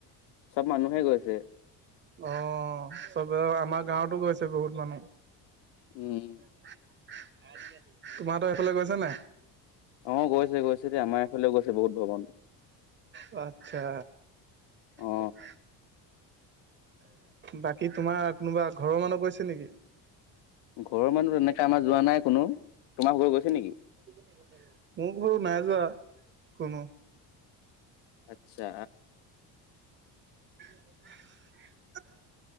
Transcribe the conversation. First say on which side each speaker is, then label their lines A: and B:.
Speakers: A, on the left; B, on the right.
A: চব মানুহে গৈছে।
B: অ', চব <unintelligible> আমাৰ গাঁৱতো গৈছে বহুত মানুহ।
A: উম।
B: <unintelligible> তোমাহ'ত এইফালে গৈছে নাই?
A: অ', গৈছে গৈছে দে আমা এফালেও গৈছে বহুত ভ্ৰমণ।
B: অ', আচ্ছা।
A: অ
B: <unintelligible> বাকী তোমাৰ কোনোবা ঘৰ্ মানুহ গৈছে নেকি?
A: ঘৰৰ মানুহ তেনেকে আমা যোৱা নাই কোনো, তোমাভাগ' গৈছে নিকি?
B: <unintelligible> মো <unintelligible> নাই যোৱা কোনো।
A: আচ্ছা।
B: <unintelligible>